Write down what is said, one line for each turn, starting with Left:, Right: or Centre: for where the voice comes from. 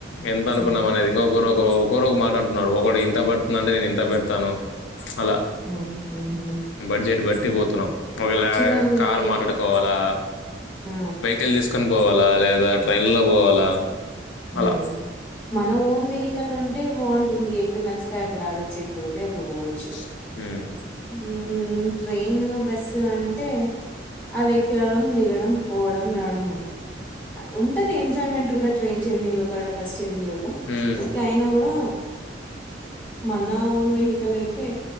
Left: ఎంతనుకున్నామనేది
Centre: మ్,
Left: ఇంగొకరు ఓ ఒక్కోరొగ మాటంటున్నారు ఒకడు ఇంత బడ్తుందంటే నేను ఇంత బెడ్తాను. అలా
Centre: మ్, మ్హూ.
Left: బడ్జెట్ బట్టి పెట్టిపోతున్నాం ఒకళ
Centre: చూడడానికి
Left: కారు మాట పోవలా
Centre: ఆ,
Left: వెహికల్ తీసుకుొని పోవాలా లేదా ట్రైన్ లో పోవాలా
Centre: హ్మ్
Left: అలా
Centre: మన ఓన్ వెహికిల్ ఎక్కలు ఉంటే బాగుంటుంది ఎక్కడ నచ్చితే అక్కడ ఆగొచ్చు ఎక్కడ పోతే అక్కడ పోవచ్చు
Left: హ్మ్
Centre: హ్మ్ ట్రైన్ బస్సు అంటే అది ఎక్కడం దిగడం పోవడం రావడం ఉంటుంది ఉంటది ఎంజాయ్మెంట్ కూడా ట్రైన్ జర్నీలో కూడా బస్ చెన్నలో కూడా
Left: మ్మ్.
Centre: బట్టి అయినా కూడా మన ఓన్ వెహికల్ అయితే